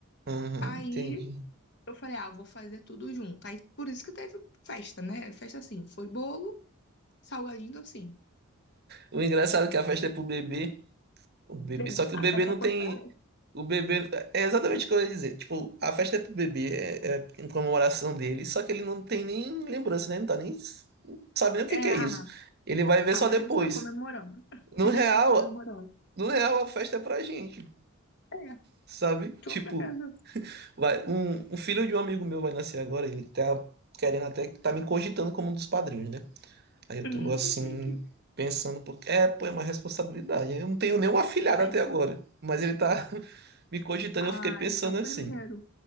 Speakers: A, on the right; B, on the left.
A: Aham,
B: Aí
A: entendi.
B: eu falei, ah, eu vou fazer tudo junto. Aí por isso que teve festa, né? Festa assim, foi bolo, salgadinho, docinho.
A: O engraçado é que a festa é pro bebê, o bebê,
B: É,
A: só que o bebê
B: a festa
A: não tem.
B: foi pra.
A: O bebê. É exatamente o que eu ia dizer. Tipo, a festa é pro bebê, é, é em comemoração dele, só que ele não tem nem lembrança, né? Não tá nem. Não sabe nem o
B: É,
A: que que é isso.
B: ah,
A: Ele vai ver
B: ah,
A: só
B: mas
A: depois.
B: a gente tá comemorando.
A: No
B: A
A: real,
B: gente tá comemorando.
A: no real, a festa é pra gente,
B: É,
A: sabe?
B: com
A: Tipo,
B: certeza.
A: vai, um, um filho de um amigo meu vai nascer agora, ele tá querendo até. Tá me cogitando como um dos padrinhos, né? Aí eu
B: Hum,
A: tô assim,
B: que chique.
A: pensando, porque é, pô, é uma responsabilidade. Eu não tenho nenhum afilhado
B: É.
A: até agora, mas ele tá <laughs> me cogitando, e eu
B: Ai,
A: fiquei pensando
B: é o
A: assim.
B: primeiro.